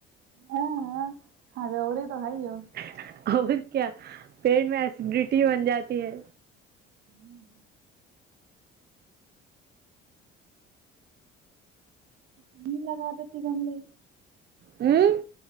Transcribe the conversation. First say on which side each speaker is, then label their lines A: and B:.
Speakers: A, on the right; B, on the right.
A: ہاں ہڑودی تو ہے ہی ہو
B: حی حی اور کیا پیٹ میں ایسیڈیٹی بن جاتی ہے
A: ہوں ابھی لگا دیتی گملے
B: ہمم